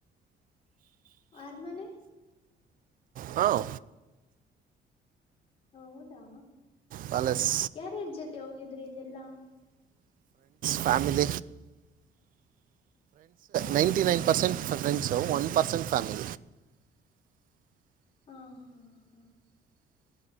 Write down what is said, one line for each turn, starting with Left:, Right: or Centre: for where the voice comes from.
Left: ಆ ಮಾನ
Right: ಹಾಂ
Left: ಹೌದಾ
Right: ಪ್ಯಾಲೇಸ್
Left: ಯಾರನ್ ಜೊತೆ ಹೋಗಿದ್ರು ಇದೆಲ್ಲಾ
Right: ಫ್ಯಾಮ ್
Left: okay
Right: ninety nine percent one percent ಫ್ಯಾಮಿ
Left: ಹ ಹಾ ಹಾ